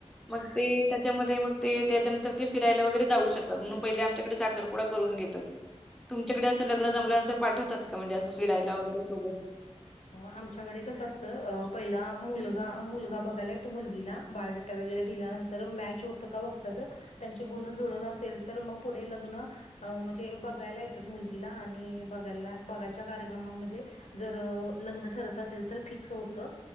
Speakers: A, in the centre; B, on the left.
A: मग ते त्याच्यामध्ये मग ते त्याच्यानंतर ते फिरायला वगैरे जाऊ शकतात म्हणून पहिले आमच्याकडे साखर ून घ तुमच्याकडे ल्न जमल्यांतर पाठवतात का म्हणजे असं फिरायलागरे स
B: आमच्याकडे कस असतं पहिला मुलगा मुलगा बघायला. त मुलगीला बायोडेटा वगैरे दिल्यानंतर मॅच होतं का बघ. त्यांचे गुण जुळत असेल तर मग पुढे लग्न अ म्हणजे बघायला येतात मुलगीला आणि बघायला बघायच्या कार्यक्रमामध्ये जर लग्न ठरत असेल तर फिक्स होतं